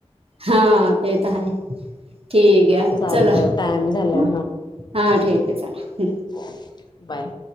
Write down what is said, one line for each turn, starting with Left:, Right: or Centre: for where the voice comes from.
Right: हां ते तर हाय, ठीक आहे
Left: चालतय
Right: चला.
Left: टाइम झालाय
Right: हं हा ठीक हाय चला.
Left: Okay bye.